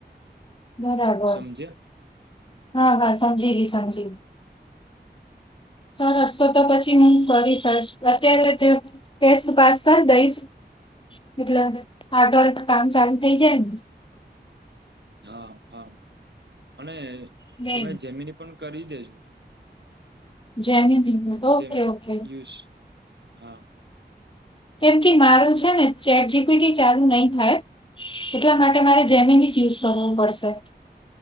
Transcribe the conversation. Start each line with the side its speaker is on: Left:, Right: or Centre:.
Left: બરાબર
Right: સમજ્યા
Left: હા હા સમજી ગઈ સમજી ગઈ સરસ તો તો પછી હું કરી સરસ અત્યારે જે ટેસ્ટ પાસ કર દઈશ એટલે આગળ કામ ચાલુ થઇ જાયને.
Right: હા હા અને
Left: ને
Right: તમે જેમિની પણ કરી દેજો
Left: Gemini okay
Right: Jamie
Left: okay
Right: use હા
Left: કેમ કે મારો છે ને ચેટ જીપીટી ચાલુ નહી થાય. એટલા માટે મારે જેમીન યુઝ કરવુ પડશે